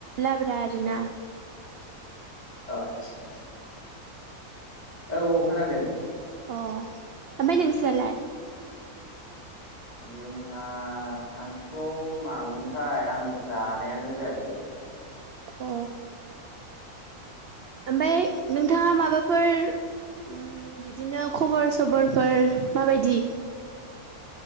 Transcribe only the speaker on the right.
लाब्रा आरोना ।
अ ओमफ्राय नोंस्रालाय?
अ ओमफ्राय नोंथाङा माबाफोर ओम बिदिनो खबर सबरफोर माबायदि?